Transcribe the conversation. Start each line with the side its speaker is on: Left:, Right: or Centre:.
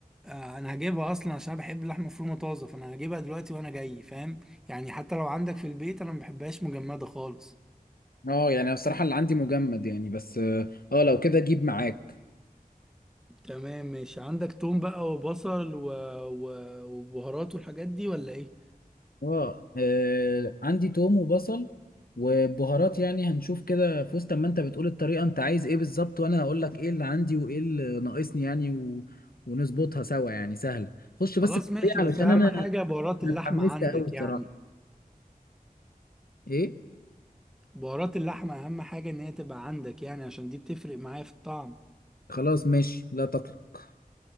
Centre: آه انا هجيبها اصلا عشان أنا بحب اللحمه المفرومه طازه فانا هجيبها دلوقتي وانا جاي فاهم يعني حتى لو عندك في البيت انا ما بحبهاش مجمده خالص
Left: اه يعني أنا بصراحة اللي عندي مجمد يعني بس اه آه، لو كده جيب معاك
Centre: تمام ماشي عندك توم بقى وبصل و... و... وبهارات والحاجات دي ولا ايه
Left: اه آه، عندي توم وبصل وبهارات يعني هنشوف كده في وسط ما انت بتقول الطريقة انت عايز ايه بالظبط وانا هقول لك ايه اللي عندي وايه اللي ناقصني يعني و... ونظبطها سوا يعني سهلة خش بس
Centre: خلاص
Left: في الطريقة
Centre: ماشي
Left: علشان
Centre: بس اهم
Left: انا
Centre: حاجه بهارات
Left: انا
Centre: اللحمه
Left: اتحمست
Centre: عندك
Left: قوي الصراحة
Centre: يعني
Left: ايه
Centre: بهارات اللحمه اهم حاجه ان هي تبقى عندك يعني عشان دي بتفرق معايا في الطعم
Left: خلاص ماشي لا تقلق